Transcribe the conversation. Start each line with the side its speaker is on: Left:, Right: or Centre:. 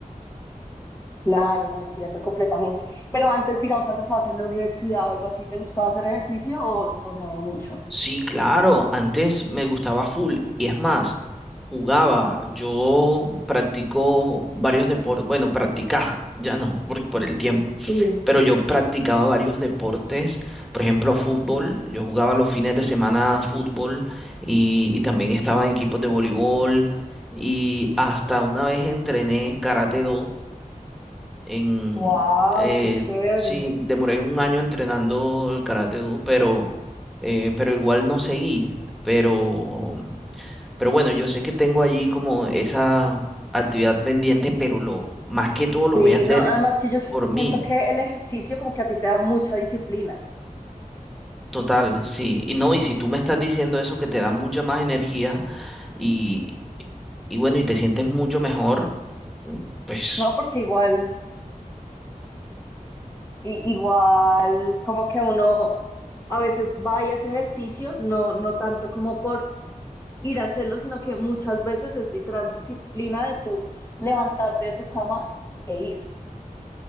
Left: Claro, no entiendo completamente. Pero antes, digamos, cuando estabas en la universidad o algo así, ¿te gustaba hacer ejercicio o, o no mucho?
Centre: Sí, claro, antes me gustaba full y es más, jugaba, yo practico varios deportes, bueno, practicaba, <laughs> ya no, porque por el tiempo,
Left: Sí.
Centre: pero yo practicaba varios deportes, por ejemplo, fútbol, yo jugaba los fines de semana fútbol y, y también estaba en equipos de voleibol y hasta una vez entrené karate do en,
Left: Wow,
Centre: eh,
Left: qué chévere.
Centre: sí, demoré un año entrenando el Karate Do, pero, eh, pero igual no seguí. Pero, pero bueno, yo sé que tengo allí como esa actividad pendiente, pero lo, más que todo lo
Left: Sí,
Centre: voy a hacer
Left: no, además que yo
Centre: por mí.
Left: siento que el ejercicio como que a ti te da mucha disciplina,
Centre: Total, sí. Y no, y si tú me estás diciendo eso que te da mucha más energía y, y bueno, y te sientes mucho mejor, pues
Left: ¿no? Porque igual, i- igual como que uno a veces va y hace ejercicio, no, no tanto como por ir a hacerlo, sino que muchas veces es literal disciplina de tu levantarte de tu cama e ir.